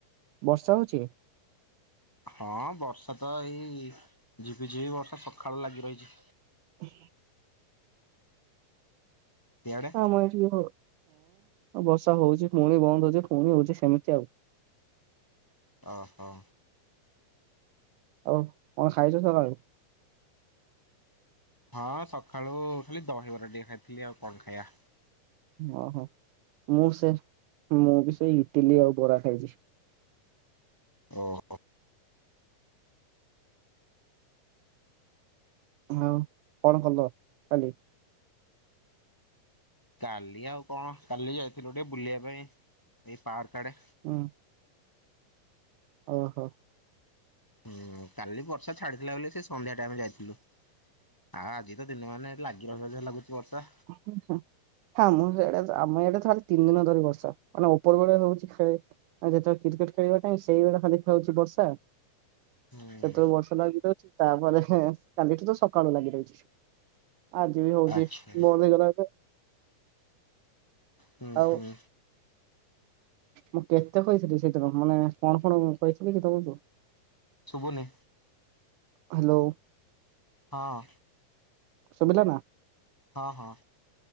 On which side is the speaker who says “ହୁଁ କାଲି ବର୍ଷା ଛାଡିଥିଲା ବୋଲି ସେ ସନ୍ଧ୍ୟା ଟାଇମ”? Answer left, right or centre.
Centre